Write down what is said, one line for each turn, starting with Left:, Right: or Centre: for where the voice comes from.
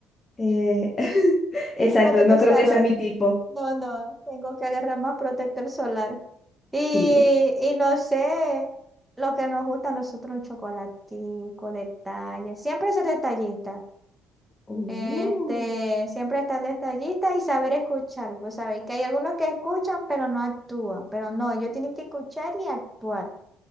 Left: eh, <laughs>
Centre: <laughs>
Left: Exacto,
Centre: y protege
Left: no
Centre: el
Left: creo
Centre: salón.
Left: que sea mi tipo.
Centre: No, no, tengo que agarrar más protector solar. Y,
Left: Sí.
Centre: y no sé, lo que nos gusta a nosotros, un chocolatico, detalle. Siempre ser detallista.
Left: Uh.
Centre: Este, siempre estar detallista y saber escuchar. Pues sabéis que hay algunos que escuchan, pero no actúan. Pero no, ellos tienen que escuchar y actuar.